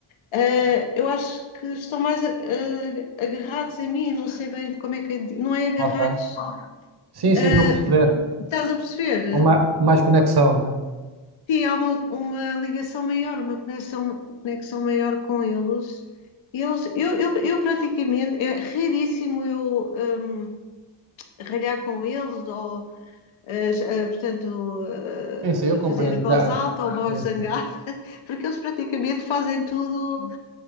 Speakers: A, on the left; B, on the right.
A: eh, eu acho que estão mais eh, agarrados a mim, não sei bem como é que é, não é agarrados,
B: Ok. Sim, sim,
A: eh,
B: estou a perceber.
A: estás a perceber?
B: Com ma- mais conexão, né?
A: Sim, há uma, uma ligação maior, uma conexão, conexão maior com eles. Eles, eu, eu, eu praticamente, é raríssimo eu hum, ralhar com eles ou a, portanto,
B: Sim, sim, eu
A: a
B: compreendo.
A: fazer voz
B: Já,
A: alta ou voz
B: é,
A: zangada, <laughs> porque eles praticamente fazem tudo.